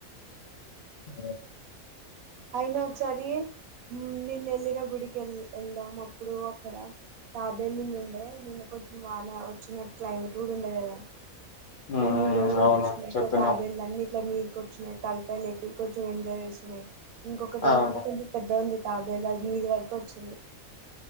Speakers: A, on the left; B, on the right.
A: ఆ
B: అయిన ఒక్సారి నిన్న ఎళ్ళిన గుడికి ఎ ఎల్దం అప్పుడు అక్కడ తాబేలులుండే నిన్న కొంచెం వాన వచ్చినట్టు క్లైమేట్ కూడా ఉండే కదా
A: ఉమ్
B: నేను వీడియో కూడా
A: అవును
B: తీసినా ఇట్ల
A: చెప్పినవ్
B: తాబేలులన్నీ త్తం మీదకొచ్చినయి తలకాయలేపి కొంచెం ఎంజాయ్ చేస్తున్నాయి ఇంకొకటి
A: అవును
B: ఎందంటే కొంచెం పెద్దగుంది తాబేలు అది మీద వరకొచ్చింది